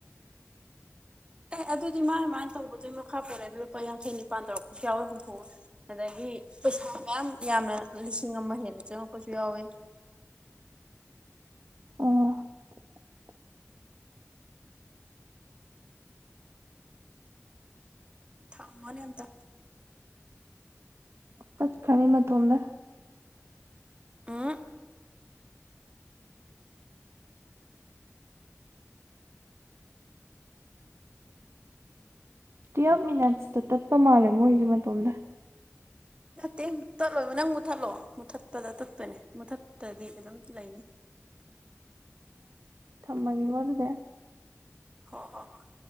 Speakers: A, on the right; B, on the right.
A: ꯑꯦ ꯑꯗꯨꯗꯤ ꯃꯥꯅ ꯃꯥꯅ ꯇꯧꯕꯗꯨ ꯃꯈꯥ ꯄꯣꯔꯦ ꯑꯗꯨ ꯂꯨꯄꯥ ꯌꯥꯡꯈꯩ ꯅꯤꯄꯥꯜ ꯇꯧꯔꯛꯄꯁꯨ ꯌꯥꯎꯋꯤ ꯍꯨꯝꯐꯨ ꯑꯗꯒꯤ ꯄꯩꯁꯥ ꯃꯌꯥꯝ ꯌꯥꯝꯅ ꯂꯤꯁꯤꯡ ꯑꯃ ꯍꯦꯟꯅ ꯆꯪꯉꯛꯄꯁꯨ ꯌꯥꯎꯋꯤ
B: ꯑꯣ
A: ꯊꯝꯃꯣꯅꯦ ꯑꯝꯇ
B: ꯆꯠꯈ꯭ꯔꯅꯤ ꯃꯇꯣꯝꯗ
A: ꯎꯝ
B: ꯇꯨꯌꯦꯐ ꯃꯤꯅꯠꯁꯇ ꯇꯠꯄ ꯃꯥꯜꯂꯦ ꯃꯣꯏꯁꯦ ꯃꯇꯣꯝꯗ
A: ꯅꯠꯇꯦ ꯇꯠꯂꯣꯕ ꯅꯪ ꯃꯨꯠꯊꯠꯂꯣ ꯃꯨꯠꯊꯠꯄꯗ ꯇꯠꯄꯅꯦ ꯃꯨꯊꯠꯇꯗꯤ ꯑꯗꯨꯝ ꯂꯩꯅꯤ
B: ꯊꯝꯝꯕꯒ ꯋꯥ ꯑꯗꯨꯗꯦ
A: ꯍꯣ ꯍꯣ ꯍꯣꯏ